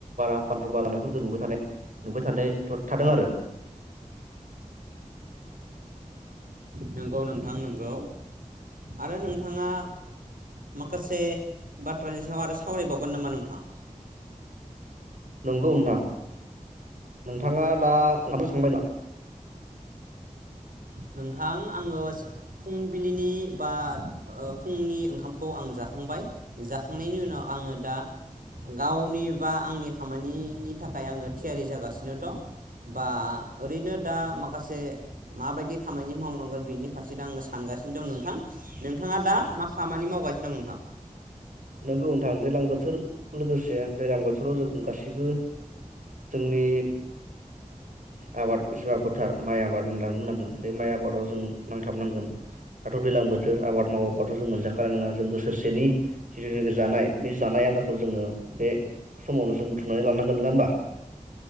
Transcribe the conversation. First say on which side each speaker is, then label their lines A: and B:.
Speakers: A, on the right (about 65°); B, on the right (about 85°).
A: <inaudible> जानायफोरखौ नुबाय थानाय नुबाय थानाय थाथदों आरो
B: नंगौ नोंथां नंगौ आरो नोंथाङा माखासे बाथ्रानि सायाव आरो सावरायबावगोन नामा नोंथां
A: नंगौ नोंथां नोंथाङा दा ओंखामसे सांबाय ना
B: नोंथां आङो फुंबिलिनि बा फुंनि ओंखामखौ आं जाखांबाय जाखांनायनि उनाव आङो दा गावनि बा आंनि खामानिनि थाखाय आङो थियारि जागासिनो दं बा ओरैनो दा माखासे माबायदि खामानि मावनांगोन बेनि फारसे दा आङो सानगासिनो दं नोंथां नोंथाङा दा मा खामानि मावगासिनो दं नोंथां
A: नोंगौ नोंथां दैज्लां बोथोर लोगोसे दैज्लां बोथोराव जों गासिबो जोंनि आबाद जबा फोथार माइ आबाद होननानै बुंनांगोन बे माइ आबादाव जों नांथाबनांगोन दाथ' दैज्लां बोथोर आबाद मावाब्लाथ' जों मोनजाखानाय नङा जों बोसोरसेनि जिथुनाखि जानाय बे जानाय आदारखौ जोङो बे समावनो जों बुथुमनानै लानांगोन नङा होमबा